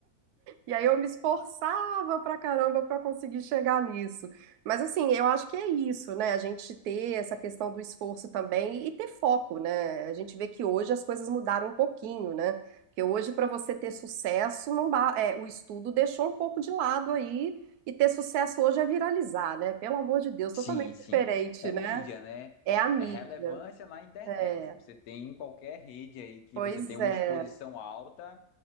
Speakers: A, on the right; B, on the left.
A: E aí eu me esforçava pra caramba pra conseguir chegar nisso. Mas assim, eu acho que é isso, né? A gente ter essa questão do esforço também e ter foco, né? A gente vê que hoje as coisas mudaram um pouquinho, né? Porque hoje para você ter sucesso, não ba- é, o estudo deixou um pouco de lado aí e ter sucesso hoje é viralizar, né? Pelo amor de Deus,
B: Sim,
A: totalmente
B: sim.
A: diferente,
B: É
A: né?
B: mídia, né?
A: É a mídia.
B: É relevância na internet.
A: É.
B: Você tem em qualquer rede aí que
A: Pois
B: você tem uma
A: é.
B: exposição alta,